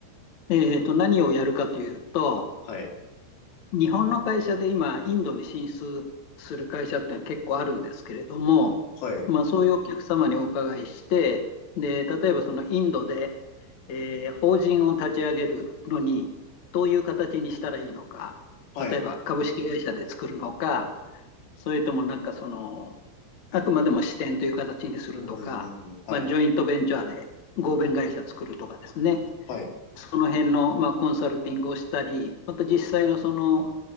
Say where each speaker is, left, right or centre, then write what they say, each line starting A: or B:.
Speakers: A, on the left; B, on the left.
A: えーと、何をやるかというと、
B: はい。
A: 日本の会社で今、インドに進出する会社ってのは結構あるんですけれども、
B: はい。
A: まあ、そういうお客様にお伺いして、で、例えばそのインドで、えー法人を立ち上げるのに、どういう形にしたらいいのか、
B: はい。
A: 例えば株式会社で作るのか、それともなんかその、あくまでも支店という形にするとか、
B: うん、うん、うん、うん。はい。
A: まあ、ジョイントベンチャーで合弁会社作るとかですね、
B: はい。
A: その辺の、まあ、コンサルティングをしたり、また実際のその